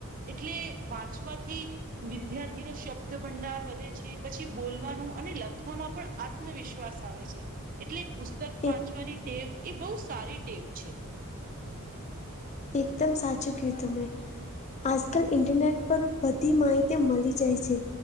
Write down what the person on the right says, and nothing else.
એટલે વાંચવાથી વિદ્યાર્થીનો શબ્દ ભંડાર વધે છે. પછી બોલવાનું અને લખ લખવામાં પણ આત્મવિશ્વાસ આવે છે એટલે પુસ્તક વાંચવાની
ટેવ એ બહુ સારી ટેવ છે.